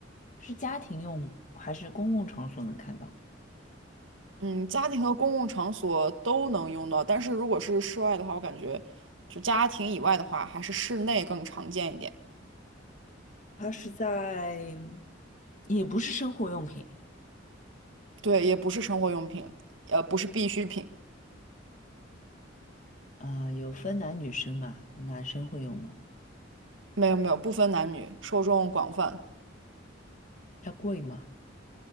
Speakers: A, on the left; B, on the right.
A: 是家庭用还是公共场所能看到？
B: 嗯，家庭和公共场所都能用到，但是如果是室外的话，我感觉就家庭以外的话，还是室内更常见一点。
A: 它是在，也不是生活用品
B: 对，也不是生活用品，呃，不是必需品，
A: 啊，有分男女生嘛，男生会用吗？
B: 没有没有，不分男女，受众广泛。
A: 它贵吗？